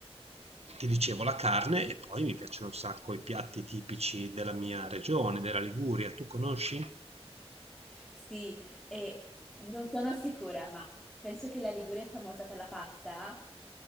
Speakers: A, on the right (about 75°); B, in the centre.
A: ti dicevo la carne e poi mi piacciono un sacco i piatti tipici della mia regione, della Liguria. Tu conosci?
B: Sì, e non sono sicura, ma penso che la Liguria è famosa per la pasta,